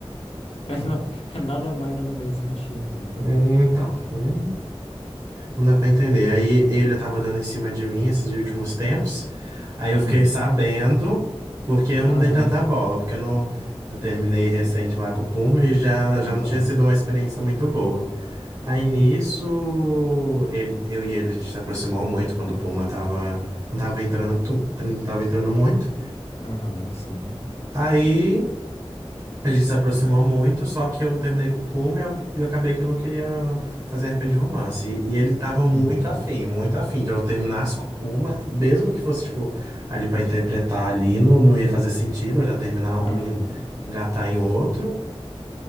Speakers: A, on the left; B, on the right.
A: É, na- é nada mais, nada menos que um chifre, então.
B: é, Então, aí não dá pra entender. Aí ele tava dando em cima de mim esses últimos tempos. Aí
A: Hum,
B: eu fiquei sabendo, porque eu
A: aham,
B: não dei tanta bola, porque eu não eu terminei recente lá com o Puma e já, já
A: aham.
B: não tinha sido uma experiência muito boa. Aí nisso, ele- eu e ele a gente se aproximou muito quando o Puma tava, não tava entrando, tu- não tava entrando muito.
A: Aham, sim.
B: Aí a gente se aproximou muito, só que eu terminei com o Puma e eu, e eu acabei que eu não queria fazer RP de romance. E, e ele tava muito
A: Uhum.
B: afim, muito afim de eu terminasse com o Puma, mesmo que fosse, tipo, ali pra interpretar ali, não, não ia fazer sentido eu já terminar um
A: Aham.
B: e engatar em outro.